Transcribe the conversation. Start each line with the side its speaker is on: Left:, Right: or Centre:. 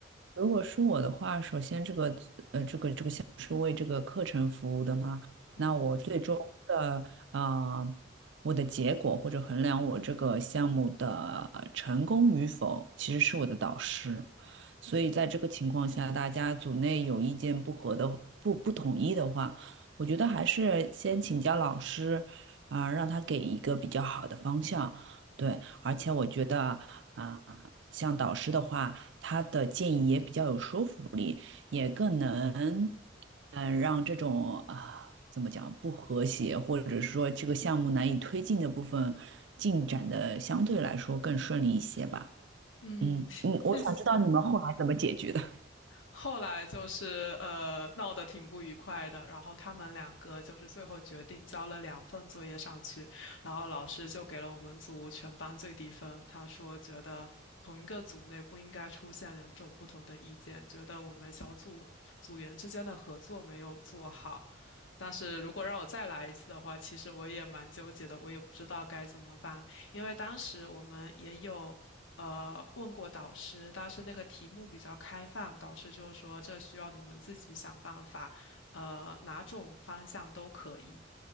Right: 如果是我的话，首先这个呃这个是为这个课程服务的吗？
Left: 嗯
Right: 那我最终的啊，我的结果或者衡量我这个项目的呃成功与否，其实是我的导师。所以在这个情况下，大家组内有意见不合的、不不统一的话，我觉得还是先请教老师啊，让他给一个比较好的方向。对，而且我觉得啊，像导师的话，他的建议也比较有说服力，也更能。嗯，让这种啊，怎么讲，不和谐，或者是说这个项目难以推进的部分，进展的相对来说更顺利一些吧。
Left: 嗯，
Right: 嗯嗯，
Left: <laughs>
Right: 我想知道你们后来怎么解决的。
Left: 谢谢后来就是呃闹得挺不愉快的，然后他们两个就是最后决定交了两份作业上去，然后老师就给了我们组全班最低分。他说觉得同一个组内不应该出现两种不同的意见，觉得我们小组组员之间的合作没有做好。但是如果让我再来一次的话，其实我也蛮纠结的，我也不知道该怎么办。因为当时我们也有呃问过导师，但是那个题目比较开放，导师就说这需要你们自己想办法，呃，哪种方向都可以，